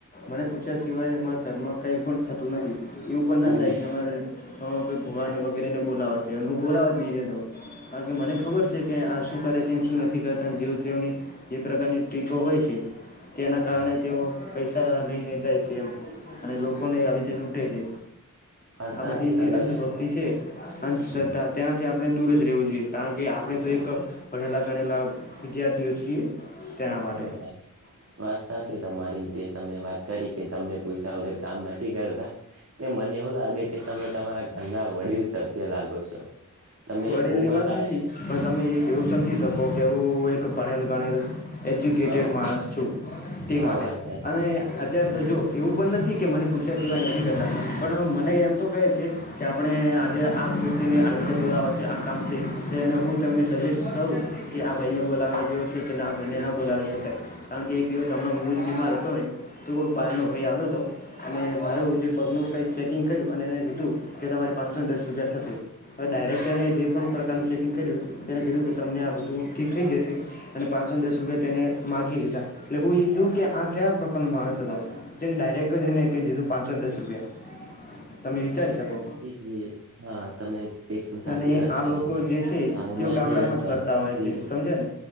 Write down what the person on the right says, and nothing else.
હમ
હા
વાત
સાચી
તમે
હમ
હા વાત સાથેચ તમારી જે તમે વાત કરી કે તમને પૂસા વગર કામ નથી કરતા એટ મને એવું લાગે કે તમે તમારા ઘરના વડીલ સભ્ય લાગો છો તમે
એક ઉમર
લાયક
હા
હા
વાત સાચી
જે હા તમે એકદમ સાચી
વાત
કરી
હાલમાં
જે અંધભક્તિ